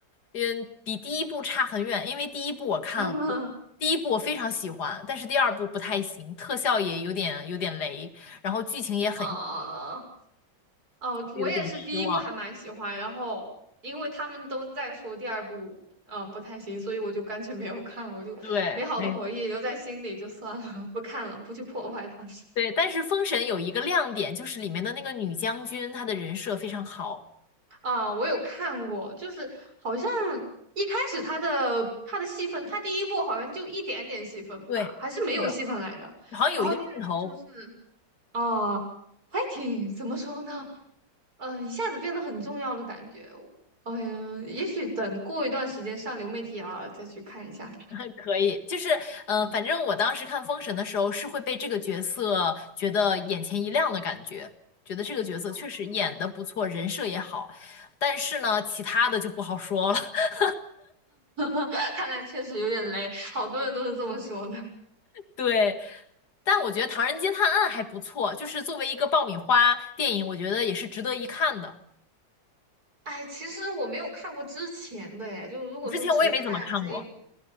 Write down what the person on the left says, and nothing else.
嗯，比第一部差很远，因为第一部我看了，
我第一部我非常喜欢，但是第二部不太行，特效也有点有点雷，然后剧情也很
有点失望。
对，哎，
对，但是《封神》有一个亮点，就是里面的那个女将军，她的人设非常好。
对，
是的。好像有一个镜头
<laughs> 可以，就是呃，反正我当时看《封神》的时候是会被这个角色觉得眼前一亮的感觉，觉得这个角色确实演的不错，
人设也好，但是呢，其他的就不好说了。<laughs>
对，但我觉得《唐人街探案》还不错，就是作为一个爆米花电影，我觉得也是值得一看的。
之前我也没怎么看过，